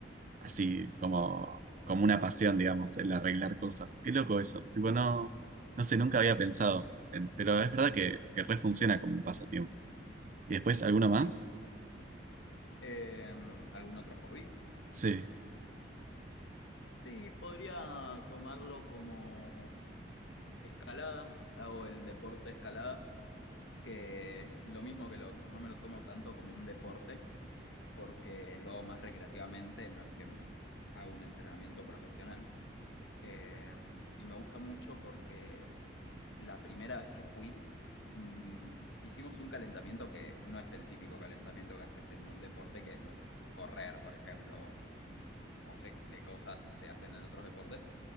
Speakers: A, on the right; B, on the left.
A: así como, como una pasión, digamos, el arreglar cosas. Qué loco eso. Tipo, no, no sé, nunca había pensado, en- pero es verdad que, que re funciona como un pasatiempo. Y después, ¿alguna más?
B: Sí. eh, ¿algún otro hobby?
A: Sí,
B: Sí, podría tomarlo como escalada, hago el deporte de escalada, que lo mismo que el otro, no me lo tomo tanto como un deporte, porque lo hago más recreativamente, no es que hago un entrenamiento profesional. Eh, y me gusta mucho porque la primera vez que fui, mm, hicimos un calentamiento que no es el típico calentamiento que haces en un deporte, que es, no sé, correr, por ejemplo, o no sé qué cosas se hacen en otros deportes,